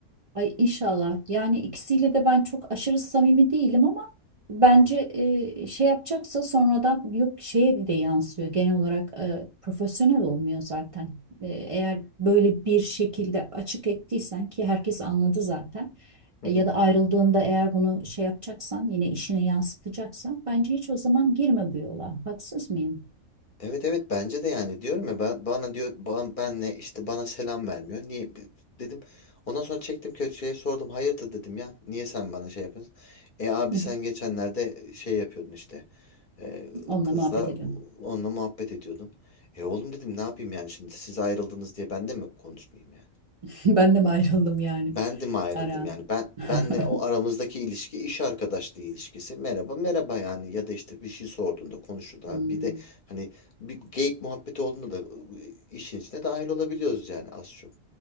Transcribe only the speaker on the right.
Ay inşallah. Yani ikisiyle de ben çok aşırı samimi değilim ama bence
e, şey yapacaksa sonradan yok şeye de yansıyor. Genel olarak e, profesyonel olmuyor zaten. E, eğer böyle bir şekilde açık ettiysen ki herkes anladı zaten.
E,
ya da ayrıldığında eğer bunu şey yapacaksan yine işine yansıtacaksan bence hiç o zaman girme bu yola. Haksız mıyım?
<laughs> Hı,
Onunla
muhabbet ediyorum.
<laughs> Ben de mi ayrıldım yani?
Ara.
<laughs>
Hmm,